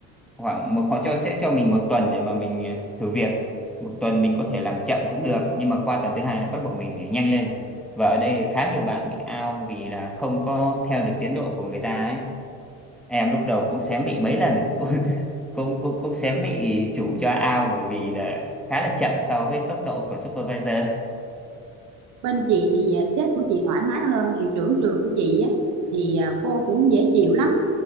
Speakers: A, in the centre; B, on the right.
A: khoảng một họ cho sẽ cho mình một tuần để mà mình ờ, thử việc một tuần mình có thể làm chậm cũng được nhưng mà qua tuần thứ hai là bắt buộc mình phải nhanh lên và ở đây thì khá nhiều bạn bị out vì là không có theo được tiến độ của người ta ấy em lúc đầu cũng xém bị mấy lần <laughs> cũng cũng cũng, cũng xém bị chủ cho out bởi vì là khá là chậm so với tốc độ của supervisor
B: bên chị thì à, sếp của chị thoải mái hơn hiệu trưởng trường của chị á, thì à, cô cũng dễ chịu lắm